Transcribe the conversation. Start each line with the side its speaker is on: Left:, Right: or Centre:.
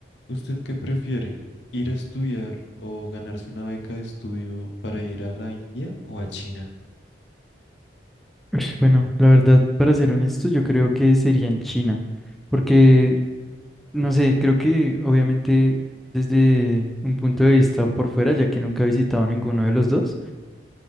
Left: ¿Usted qué prefiere? ¿Ir a estudiar o ganarse una beca de estudio para ir a la India o a China?
Centre: Ush, Bueno, la verdad, para ser honesto, yo creo que sería en China, porque, no sé, creo que obviamente desde un punto de vista por fuera, ya que nunca he visitado ninguno de los dos,